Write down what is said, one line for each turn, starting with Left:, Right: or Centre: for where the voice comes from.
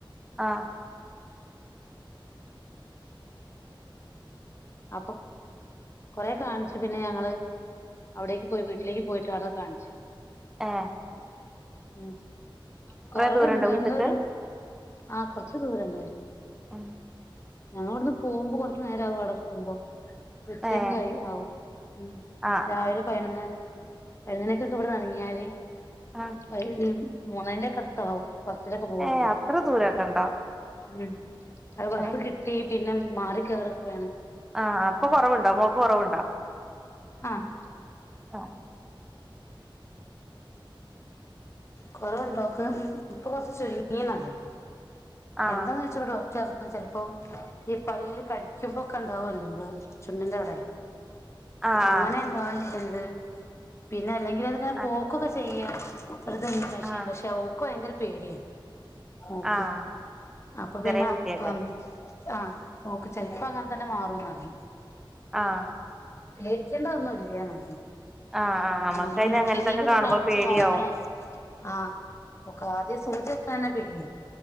Centre: ആ
Left: അപ്പൊ കൊറെ കാണിച്ചു പിന്നെ ഞങ്ങള് അവിടേക്ക് പോയി വീട്ടിലേക്ക് പോയിട്ടാവ്ട്ന്ന് കാണിച്ച്
Centre: ഏ
Left: ഉം കൊറവ്ണ്ട്
Centre: ദൂരണ്ടോ വീട്ട്ക്ക്
Left: എന്തോരം ആ കുർച്ച് ദൂരണ്ട്വ്ട്ന്ന്
Centre: <inaudible>
Left: ഞങ്ങ ഇവിടുന്ന് പോകുമ്പോ കൊറച്ചു നേരകും അടത്തുമ്പോ ഉച്ചക്ക്
Centre: ഏഹ്
Left: കൈ ആവും ഉം
Centre: ആഹ്
Left: രാവിലെ
Centre: ആഹ്
Left: പയനൊന്ന് പതിനൊന്നു മണിക്കൊക്കെ ഇവിടന്ന് ഇറങ്ങിയാല്
Centre: ആഹ്
Left: ഒര് മൂന്നര ന്റെക്കെ അടുത്താകും. ബസ്സിലൊക്കെ പോവാണെങ്കില്
Centre: ഏഹ് അത്ര ദൂരൊക്കെ ഉണ്ടോ
Left: ഉം അത് ബസ്
Centre: ഏഹ്
Left: കിട്ടി പിന്നെ മാറി കേറൊക്കെ വേണെ
Centre: ആ അപ്പൊ കൊറവുണ്ടോ മോക്ക് കൊറവുണ്ടോ.
Left: ആഹ
Centre: ആഹ്
Left: കൊറവുണ്ടോക്ക ഇപ്പൊ കൊറച്ച ചുരുങ്ങിനത്.
Centre: ആഹ്
Left: എന്താന്ന് വെച്ചപ്പോ ഡോക്ടർ ചിലപ്പോ ഈ പല്ലല് കടി. ക്കുമ്പോക്കെ ഉണ്ടാവല്ലോ നമ്മള് ചുണ്ടി ന്റെ അവിടെ
Centre: ആഹ്
Left: അങ്ങനെ ഉണ്ടാവൻ ഇതന്ത് പിന്നെ അല്ലെ ഇങ്ങനത് ഇങ്ങനെ
Centre: ആഹ്
Left: പോക്കൊക്കെ ചെയ്യ ഒരു എൻ്റെ മഷി
Centre: ആഹ്
Left: ഐപക്ഷെ ഓക്ക് ഭയങ്കര പേടിയാണ് നോക്
Centre: ആഹ്
Left: അപ്പൊ പിന്നെ
Centre: ചെറിയ കുട്ടിയല്ലേ
Left: അമം ആഹ നോക് ചെലപ്പോ അങ്ങനെ തന്നെ മാറുംന്നറഞ്ഞു
Centre: ആഹ
Left: പേടിക്കേണ്ട ഒന്നും ഇല്യ എന്നറിഞ്ഞി
Centre: ആഹ് ആഹ് നമ്മക്കയിന്
Left: എന്നാലും മെടുക്കലേക്ക്
Centre: അങ്ങനത്തൊക്കെ
Left: ഒന്ന്
Centre: കാണുമ്പോ
Left: കാണിച്ച്
Centre: പേടിയാവും
Left: നോക്കണോ.. ആഹ ഓക് ആദ്യം സൂചിക്കാനാ പേടി.